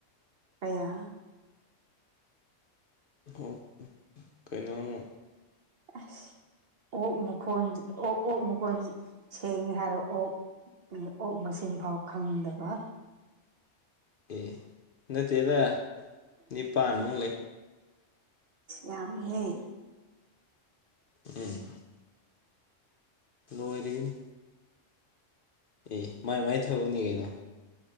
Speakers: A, on the right (about 55°); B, on the left (about 55°).
A: ꯀꯌꯥ
B: ꯑꯣꯛ ꯀꯩꯅꯣꯃꯨꯛ
A: ꯑꯁ ꯑꯣꯛ ꯃꯀꯣꯟ ꯑꯣꯛ ꯑꯣꯛ ꯃꯀꯣꯟ ꯁꯦꯡꯉꯦ ꯍꯥꯏꯔꯣ ꯑꯣꯛ ꯑꯣꯛ ꯃꯁꯤꯡ ꯐꯥꯎ ꯈꯪꯗꯕ
B: ꯑꯦ ꯅꯠꯇꯦꯗ ꯅꯤꯄꯥꯟꯃꯨꯛ ꯂꯩ
A: ꯌꯥꯝꯃꯦꯍꯦ
B: ꯎꯝ ꯂꯣꯢꯔꯤꯕꯅꯤ ꯑꯦ ꯃꯥꯏ ꯃꯥꯏ ꯊꯕꯛꯅꯤ ꯀꯩꯅꯣ